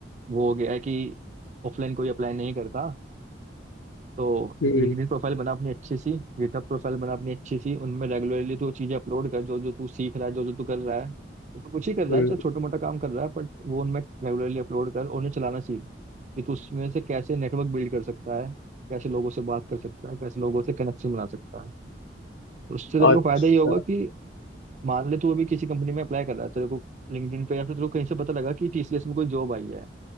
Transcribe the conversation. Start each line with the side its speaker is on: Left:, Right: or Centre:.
Right: वो हो गया है कि ऑफलाइन कोई अप्लाई नहीं करता तो
Left: हम्म
Right: लिंक्डइन प्रोफाइल बना अपनी अच्छी सी गिटहब प्रोफाइल बना अपनी अच्छी सी उनमें रेगुलरली तू चीजें अपलोड कर जो जो तू सीख रहा है जो जो तू कर रहा है तो तू कुछ ही कर रहा
Left: हम्म
Right: है चाहे छोटा मोटा काम कर रहा है बट वो उनमें रेगुलरली अपलोड कर और उन्हें चलाना सीख कि तू उसमें से कैसे नेटवर्क बिल्ड कर सकता है कैसे लोगों से बात कर सकता है कैसे लोगों से कनेक्शन बना सकता है तो उससे तेरे
Left: अच्छा
Right: को फायदा ये होगा कि मान ले तू अभी किसी कंपनी में अप्लाई कर रहा है तेरे को लिंक्डइन पे या फिर तेरे को कहीं से पता लगा कि टीसीएस में कोई जॉब आई है